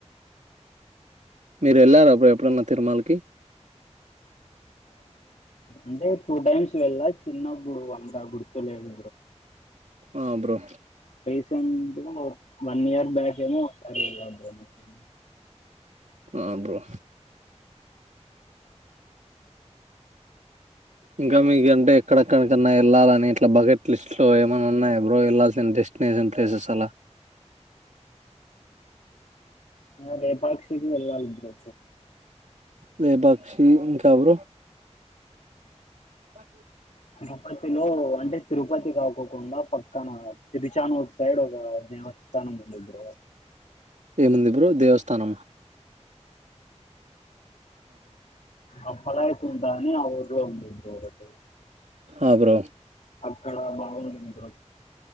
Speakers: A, on the right; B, on the left.
A: మీరు వెళ్ళారా అప్పుడు ఎప్పుడున్న తిరుమలకి
B: అంటే టూ టైమ్స్ వెళ్ళ చిన్నప్పుడు అంత గుర్తులేదు
A: ఆ బ్రో
B: <unintelligible> వన్ ఇయర్ బ్యాక్ ఏమో అంటి ఎలా వున్నారు
A: ఆ బ్రో ఇంకా మీకు అంటే ఎక్కడెక్కడికన్నా వెళ్ళాలని ఇట్లా బకెట్ లిస్ట్ లో ఏమైన్నా ఉన్నాయ బ్రో వెళ్లాల్సిన డెస్టినేషన్ ప్లేసెస్ అలా
B: అదే లేపాక్షి వెళ్ళాలి బ్రో
A: లేపాక్షి ఇంకా బ్రో బ
B: తిరుపతిలో అంటే తిరుపతి కాకోకుండా పక్క కనా ఇది చానా వోస్ సైడ్ ఒక దేవస్థానం ఉంది బ్రో
A: ఏముంది బ్రో దేవస్థా తనమ
B: ఆ ఫల అయితు ఉంటా అని ఆ ఊరిలో ఉంది బ్రో ఒకటి
A: ఆ బ్రో
B: అక్కడ బాగుంటుంది bro